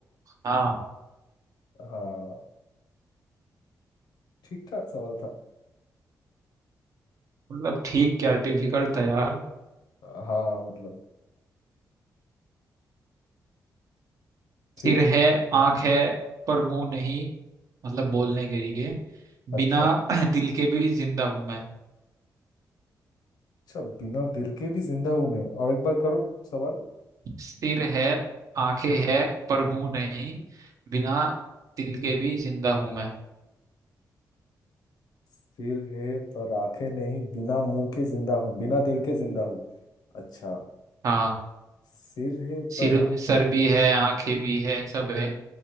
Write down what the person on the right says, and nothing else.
हाँ
मतलब ठीक क्या डिफिकल्ट था यार
सिर
है आंख है पर मुंह नहीं मतलब बोलने के लिए
बिना <clears throat> दिल के भी जिंदा हूं मैं
सिर है आंखें है पर मुंह नहीं बिना दिल के भी जिंदा हूं मैं
हाँ
सिर
सर भी है आंखें भी है सब है